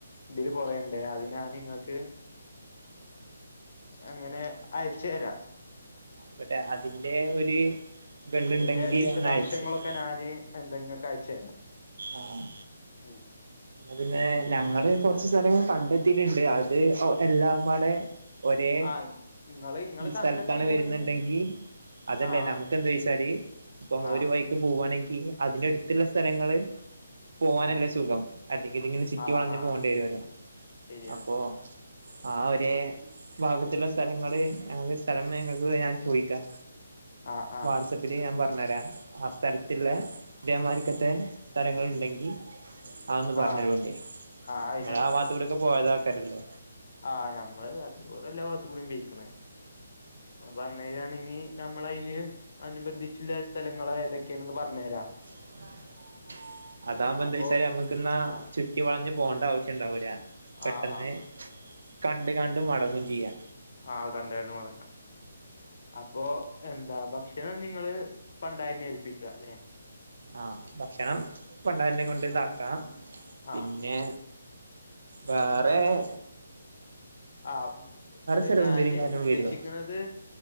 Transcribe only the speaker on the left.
ഇതില് കൊറേണ്ട് അതിനാന് ഇങ്ങക്ക് അങ്ങനെ അയച്ചേ രാ
അതിന്റെ
വിശദാംശങ്ങളൊക്കെ
ഞാന് എന്തെങ്കിക്കെ അയച്ചരാ
ഉം
ആ
ആ ഇങ്ങള് ഇങ്ങള്
കണ്ടെത്തിക്കുണെങ്കി
ആ
ആ
ആ
ആ
ആ
ശരിയാണ്
ആ ആ
ആ
അത്
ആഹ് നമ്മള് അത് ഒരേല്ലാ ഭാത്തും കൂടീം പെയ്ക്ക്ണ് അപ്പോ അന്നേരാണെങ്കിൽ നമ്മളയിന് അനുബന്ധിച്ചുള്ള സ്ഥലങ്ങള് ഏതൊക്കെണന്ന് പറഞ്ഞേരാ
അപ്പൊ
ആഹ്
ആഹ് ആഹ്
ആഹ് കണ്ടാണ്ട് മടങ്ങ അപ്പൊ എന്താ ഭക്ഷണം നിങ്ങള് പണ്ടാരിനെ ഏൽപ്പിക്ക ല്ലെ
ആഹ്
ആഹ് ഇത്
ഞാന്
ഉദ്ദേശിക്കണത്